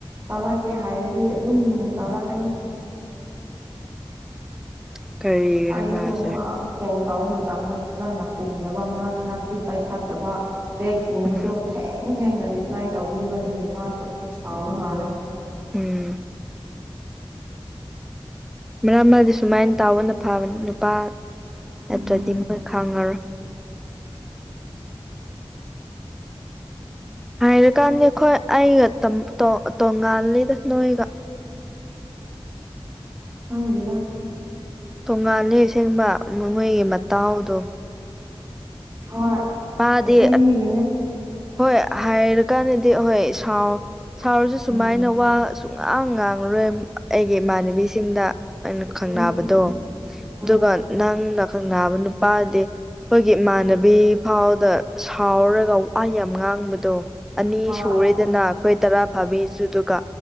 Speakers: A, on the right; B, in the centre.
A: ꯇꯧꯔꯛꯀꯦ ꯍꯥꯏꯔꯗꯤ ꯑꯗꯨꯝ ꯇꯧꯔꯛꯀꯅꯤ
B: ꯀꯔꯤꯒꯤꯔ
A: ꯑꯩꯁꯨ
B: ꯃꯥꯁꯦ
A: ꯑꯃꯥ ꯀꯣꯜ ꯇꯥꯎꯕ ꯃꯇꯝꯗ ꯐꯖꯅ ꯍꯨꯝꯗꯅꯕ ꯃꯔꯛ ꯃꯔꯛꯇꯤ ꯄꯥꯏꯈꯠꯇꯕ ꯇꯦꯛꯁꯠ ꯒꯨꯝꯕꯁꯨ
B: ꯎꯝ
A: ꯊꯦꯡ ꯊꯦꯡꯅ ꯔꯤꯄ꯭ꯂꯥꯏ ꯇꯧꯕꯤꯕ ꯑꯗꯨꯒꯤ ꯃꯥꯁꯨ ꯑꯃꯨꯛ ꯁꯥꯎꯕ ꯃꯥꯜꯂꯦ
B: ꯎꯝ ꯃꯔꯛ ꯃꯥꯗꯤ ꯁꯨꯃꯥꯏꯅ ꯇꯥꯎꯕꯅ ꯐꯕꯅꯤ ꯅꯨꯄꯥ ꯅꯠꯇ꯭ꯔꯗꯤ
A: ꯎꯝ
B: ꯃꯣꯏ ꯈꯪꯉꯔꯣꯏ ꯍꯥꯏꯔꯀꯥꯟꯗꯤ ꯑꯩꯈꯣꯏ ꯑꯩꯒ ꯇꯥꯝ ꯇꯣꯟꯉꯜꯂꯤꯗ ꯅꯣꯏꯒꯥ
A: ꯈꯪꯗꯦ ꯗꯥ꯫
B: ꯇꯣꯡꯉꯥꯂꯦ ꯑꯁꯦꯡꯕ ꯃꯣꯏꯒꯤ ꯃꯇꯥꯎꯗꯣ
A: ꯍꯣꯏ
B: ꯃꯥꯗꯤ
A: ꯑꯁꯦꯡꯕꯒꯤꯅꯦ
B: ꯍꯣꯏ ꯍꯥꯏꯔꯀꯥꯟꯗꯗꯤ ꯍꯣꯏ ꯁꯥꯎ ꯁꯥꯎꯔꯁꯨ
A: ꯎꯝ
B: ꯁꯨꯃꯥꯏꯅ ꯋꯥ ꯁꯨꯉꯥꯡ ꯉꯥꯡꯉꯔꯣꯏ ꯑꯩꯒꯤ ꯏꯃꯥꯟꯅꯕꯤꯁꯤꯡꯗꯥ꯫ ꯑꯩꯅ ꯈꯪ
A: ꯎꯝ
B: ꯅꯥꯕꯗꯣ ꯑꯗꯨꯒ
A: ꯎꯝ
B: ꯅꯪꯅꯥ ꯈꯛꯅꯥꯕ ꯅꯨꯄꯥꯗꯤ ꯑꯩꯈꯣꯏꯒꯤ ꯏꯃꯥꯟꯅꯕꯤ ꯈꯥꯎꯗ ꯁꯥꯎꯔꯒ ꯋꯥ ꯌꯥꯝ ꯉꯥꯡꯕꯗꯣ ꯑꯅꯤ
A: ꯍꯣꯏ
B: ꯁꯨꯔꯦ ꯗꯅ ꯑꯩꯈꯣꯏ ꯇꯔꯥ ꯐꯥꯕꯤꯁꯨ ꯑꯗꯨꯒꯥ